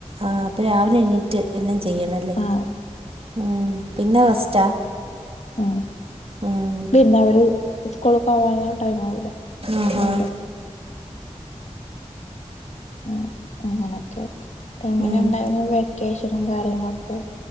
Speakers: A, on the right; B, on the left.
A: ആഹ് അപ്പ രാവിലെ എണീറ്റ് എല്ലാം ചെയ്യണം അല്ലേ
B: ആഹ്
A: ഏഹ് പിന്നെ റെസ്റ്റാ
B: ഉം
A: ഉം
B: പിന്നെ അവര് സ്കൂള് പോവാതെ ടൈം ആവൂലെ പിന്നെ
A: ആഹാ
B: വിടും ഉം അങ്ങനെയൊക്കെ എങ്ങനെണ്ടായിന്നും
A: ഉം
B: വെക്കേഷനും കാര്യങ്ങളൊക്കെ